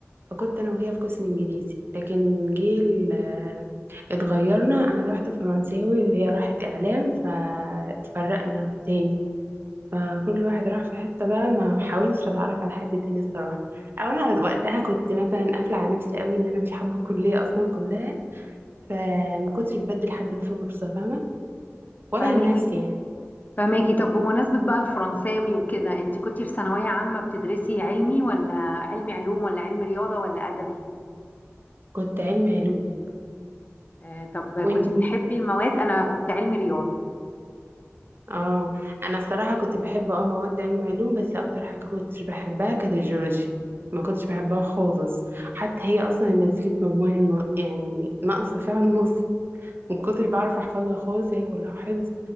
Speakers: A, on the right; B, on the left.
A: فكنت انا وهي في قسم انجليزي لكن جه ال- اتغيرنا انا رحت فرنساوي وهي راحت اعلام فاتفرقنا تاني فكل واحد راح في حتة بقى ما حاولتش اتعرف على حد تاني الصراحة او انا وقتها كنت مثلا قافلة على نفسي قوي ان انا مش حابة الكلية اصلا كلها فما كنتش بدي لحد فرصة فاهمة ولا
B: فاهمه
A: لنفسي يعني
B: فماكي طب بمناسبة بقى الفرنساوي وكده انت كنتي في ثانوية عامة بتدرسي علمي ولا علمي علوم ولا علمي رياضة ولا أدبي
A: كنت علم علوم
B: آه طب
A: وانتي
B: كنت بتحبي المواد أنا كنت علمي رياضة
A: اه انا الصراحه كنت بحب اه مواد علم علوم بس اكتر حاجه كنتش بحبها كانت الجيولوجيا ما كنتش بحبها خالص حتى هي اصلا نزلت مجموعه الن- يعني ناقصه فيها النص ما كنتش بعرف احفظها خالص هي كلها حفظ